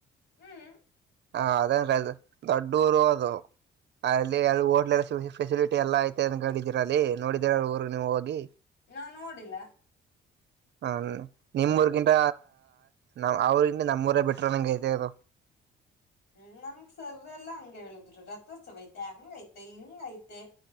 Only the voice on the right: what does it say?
ಹ ಅದೇನ್ ರ ದೊಡ್ಡೂರು ಅದು ಅಲ್ಲಿ ಅ ಹೋಟ್ಲ್ ಎ ಫೆಸಿಲಿಟಿ ಎಲ್ಲಾ ಐತೆ ಅಿದ್ದೀರ ಅಲ್ಲಿ ನೋಡಿದೀರ ಊರ್ ನೀವು ಹೋಗಿ
ಹ ನಿಮ್ಮೂರಿಗಿಂತ ನ ಅವ್ರಗಿಂತ ನಮ್ಮೂರ ಬಿಟ್ರ ನಂಗಗೆ ಗೈತೆ ಅದು